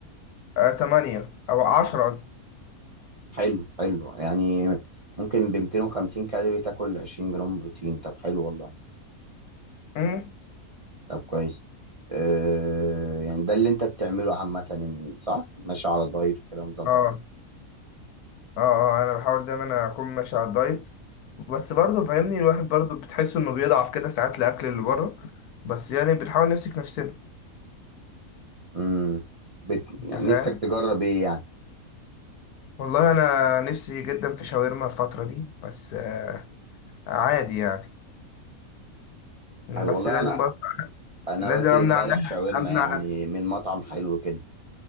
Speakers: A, on the left; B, on the right.
A: آه 8 أو 10 قصدي
B: حلو حلو يعني ممكن ب 250 كالوري تاكل 20 جرام بروتين طب حلو والله
A: أمم؟
B: طب كويس أه يعني ده اللي انت بتعمله عامة إن- صح ماشي على دايت وكده مظبط
A: اه اه اه انا بحاول دايما اكون ماشي على الدايت بس برضه فاهمني الواحد برضه بتحس انه بيضعف كده ساعات الاكل اللي بره بس يعني بنحاول نمسك نفسنا
B: امم بت...
A: انت
B: يعني
A: فاهم
B: نفسك تجرب ايه يعني
A: والله انا نفسي جدا في شاورما الفتره دي بس آه عادي يعني
B: حلو
A: بس
B: والله
A: لازم
B: انا
A: برضه
B: انا
A: لازم
B: واكل
A: امنع
B: امبارح
A: نفسي
B: شاورما
A: امنع
B: يعني
A: نفسي
B: من مطعم حلو كده